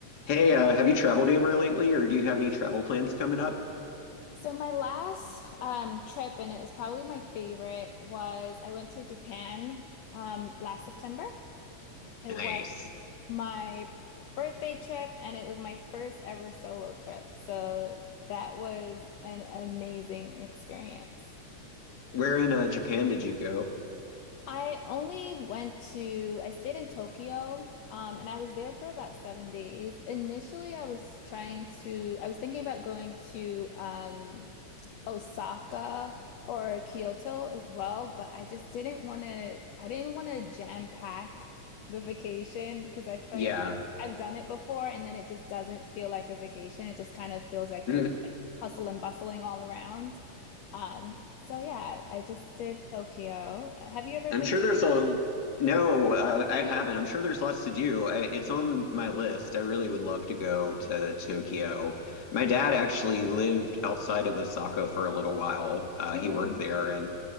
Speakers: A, on the left; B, on the left.
A: Hey, uh, have you traveled anywhere lately, or do you have any travel plans coming up?
B: So my last um, trip, and it was probably my favorite, was I went to Japan um, last September. It
A: Nice.
B: was my birthday trip, and it was my first ever solo trip. So that was an amazing experience.
A: Where in uh, Japan did you go?
B: I only went to, I stayed in Tokyo, um, and I was there for about seven days. Initially, I was trying to, I was thinking about going to um, Osaka or Kyoto as well, but I just didn't want to, I didn't want to jam pack the vacation because I feel
A: Yeah,
B: I've done it before and then it just doesn't feel like a vacation. It just kind of feels like
A: Mm,
B: you're like hustle and bustling all around. Um, so yeah, I just did Tokyo. Have you ever
A: I'm
B: been
A: sure there's a. No, uh, I haven't. I'm sure there's lots to do. I, it's on my list. I really would love to go to Tokyo. My dad actually lived outside of Osaka for a little while. Uh,
B: Ừm.
A: he worked there, and